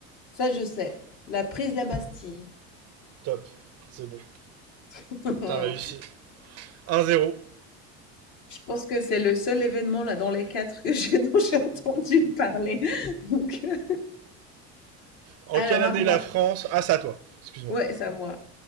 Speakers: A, on the left (about 65°); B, on the right (about 50°).
A: Ça, je sais. La prise de la Bastille.
B: Top, c'est bon,
A: <laughs>
B: t'as réussi. 1-0.
A: Je pense que c'est le seul événement là dans les quatre que j'ai <laughs> dont j'ai entendu parler. <laughs> Donc, euh,
B: En
A: alors
B: quelle
A: à
B: année
A: moi.
B: la France Ah, ça toi, excuse-moi.
A: Ouais, c'est à moi.